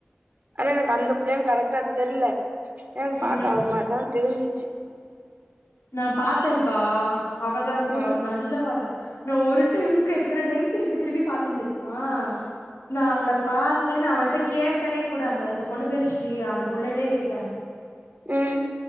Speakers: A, on the right (about 40°); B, on the left (about 85°).
A: ஆனா எனக்கு அந்த புள்ளையான்னு கரெக்ட்டா தெர்ல ஏனா எனக்கு
B: ம்
A: பாக்க அவ மாரிதா தெரிஞ்சிச்சு
B: நா பாத்தேங்கா அவதாங்கா
A: ம்
B: நல்லா பாத்தே இந்த ஒரு டைம்முக்கு எத்தன டைம் திருப்பி திருப்பி பாத்தே தெரியுமா நா அவள பாத்தே நா அவள்ட்ட கேட்டேனே கூட அந்த அந்த பொண்ணு பேர் ஸ்ரீயா அந்த புள்ளேட்டே கேட்டே
A: ம்